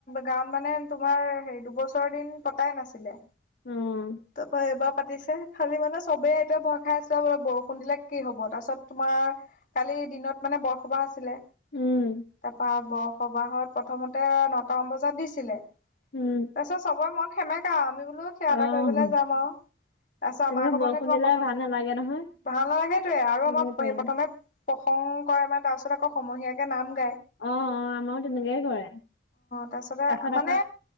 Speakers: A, on the left; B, on the left.
A: গাঁৱত মানে তোমাৰ হে দুবছৰ দিন পতাই নাছিলে।
B: অ',
A: তাৰপা এইবাৰ পাতিছে খালি মানে চবেই এতিয়া ভয় খাই আছিলে ব বৰষুণৰ। বৰষুণ দিলে কি হ'ব তাৰপিছত তোমাৰ কালি দিনত মানে বৰসবাহ আছিলে।
B: উম,
A: তাৰপা বৰসবাহত প্ৰথমতে নটামান বজাত দিছিলে।
B: উম,
A: তাৰপিছত চবৰে মন সেমেকা আমি। সেৱা
B: অ',
A: এটা কৰিবলৈ যাম আৰু তাৰপিছত
B: তেনেকে
A: আমাৰকো
B: বৰষুণ
A: মানে তোমাৰ
B: দিলে
A: প্ৰথমত।
B: ভাল নালাগে নহয়
A: ভাল নালাগে তোয়ে আৰু
B: সেইটোৱে
A: আমাৰ প্ৰথমে। প্ৰসংগ কৰে মানে তাৰ পিছত আকৌ সমহীয়াকে নাম। অ
B: অ', আমাৰো তেনেকেই কৰে।
A: তাৰপিছতে
B: তাৰপিছত
A: মানে।
B: আকৌ